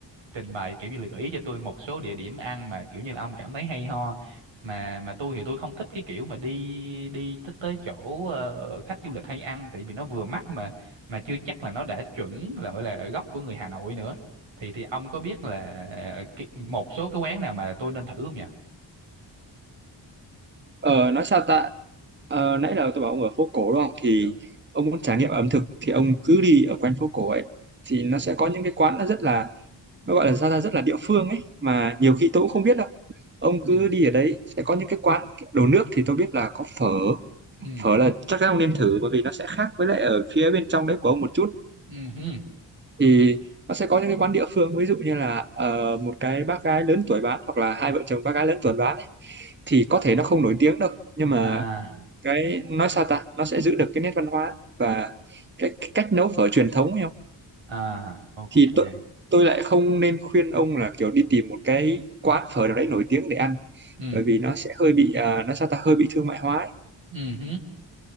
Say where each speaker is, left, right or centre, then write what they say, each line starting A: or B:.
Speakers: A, on the right (about 85°); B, on the right (about 25°).
A: trình bày kiểu như là gợi ý cho tôi một số địa điểm ăn mà kiểu như là ông cảm thấy hay ho mà mà tôi thì tôi không thích cái kiểu mà đi đi tới tới chỗ ờ, khách du lịch hay ăn tại vì nó vừa mắc mà mà chưa chắc là nó đã chuẩn là gọi là gốc của người Hà Nội nữa thì thì ông có biết là cái, một số cái quán nào mà tôi nên thử không nhỉ?
B: ờ, nói sao ta Ờ, nãy là tôi bảo ông ở phố cổ đúng không thì
A: đúng
B: ông muốn trải nghiệm ẩm thực thì ông cứ đi ở quanh phố cổ ấy thì nó
A: ừ
B: sẽ có những cái quán nó rất là nó gọi là sao ra rất là địa phương ấy mà nhiều khi tôi cũng không biết đâu ông cứ
A: ừ
B: đi ở đấy sẽ có những cái quán đồ nước thì tôi biết là có phở
A: ừ
B: phở là chắc chắn ông nên thử bởi vì nó sẽ khác với lại ở phía bên trong đấy của ông một chút
A: ừ hứ.
B: thì nó sẽ có những cái quán địa phương ví dụ như là ờ, một cái bác gái lớn tuổi bán hoặc là hai vợ chồng bác gái lớn tuổi bán ấy, thì có thể nó không nổi tiếng đâu nhưng mà
A: à
B: cái nói sao ta nó sẽ giữ được cái nét văn hóa và cái, cái cách nấu phở truyền thống ấy không
A: à ok
B: thì tôi tôi lại không nên khuyên ông là kiểu đi tìm một cái quán phở nào đấy nổi tiếng để ăn
A: ừ
B: bởi vì nó sẽ hơi bị à, nó sao ta hơi bị thương mại hóa ấy.
A: ừ hứ.